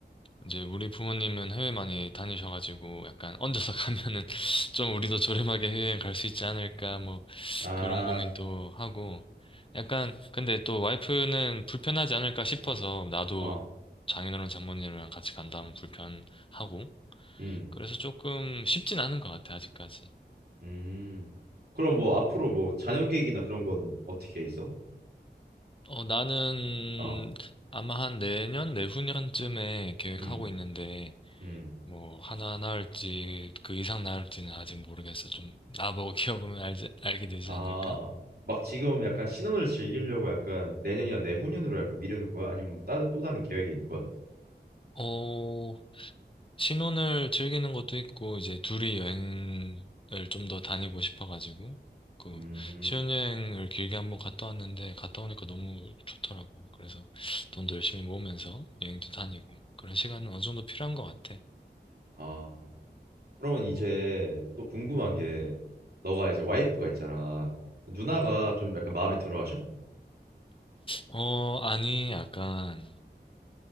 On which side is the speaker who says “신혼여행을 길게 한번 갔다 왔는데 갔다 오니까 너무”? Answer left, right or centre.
Left